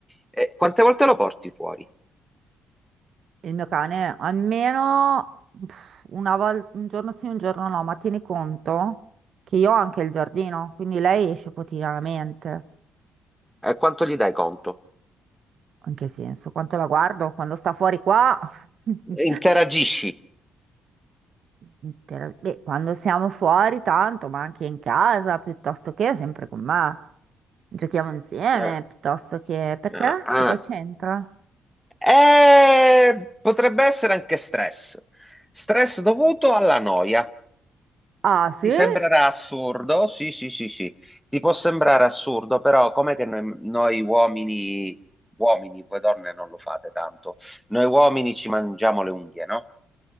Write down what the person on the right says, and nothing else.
Il mio cane almeno pff, una volta, un giorno sì, un giorno no, ma tieni conto che io ho anche il giardino, quindi lei esce quotidianamente.
In che senso? Quanto la guardo? Quando sta fuori qua? <laughs>
Intera- Beh, quando siamo fuori tanto, ma anche in casa, piuttosto che sempre con me. Giochiamo insieme,
piuttosto che... Perché?
Cosa c'entra?
Ah, sì?